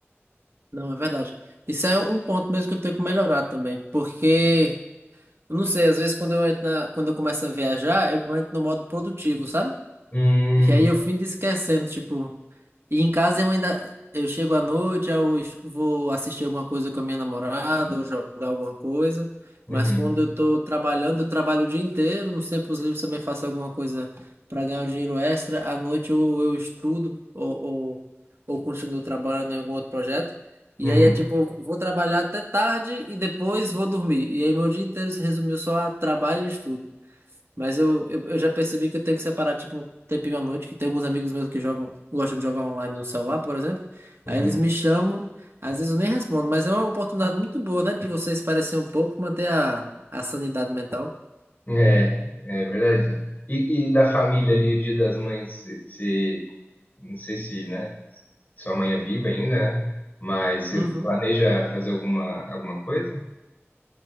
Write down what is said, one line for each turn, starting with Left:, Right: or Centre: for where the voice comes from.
Right: Não, é verdade. Isso é um ponto mesmo que eu tenho que melhorar também, porque, eu não sei, às vezes quando eu entro na, quando eu começo a viajar, eu entro no modo produtivo, sabe?
Left: Hum,
Right: E aí eu fico esquecendo, tipo, E em casa eu ainda. Eu chego à noite, eu es- vou assistir alguma coisa com a minha namorada, ou jogar alguma coisa.
Left: uhum,
Right: Mas quando eu tô trabalhando, eu trabalho o dia inteiro. Nos tempos livres também faço alguma coisa para ganhar um dinheiro extra. À noite ou eu estudo, ou, ou, ou continuo trabalhando em algum outro projeto. E
Left: uhum,
Right: aí é tipo, eu vou trabalhar até tarde e depois vou dormir. E aí meu dia inteiro se resumiu só a trabalho e estudo. Mas eu, eu, eu já percebi que eu tenho que separar, tipo, um tempinho à noite, que tem alguns amigos meus que jogam, gostam de jogar online no celular, por exemplo.
Left: uhum.
Right: Aí eles me chamam, às vezes eu nem respondo, mas é uma oportunidade muito boa, né, de vocês parecer um pouco, manter a, a sanidade mental.
Left: É, é verdade. E, e da família ali, o Dia das Mães, você, não sei se, né, sua mãe é viva ainda, né? Mas você
Right: Uhum.
Left: planeja fazer alguma, alguma coisa?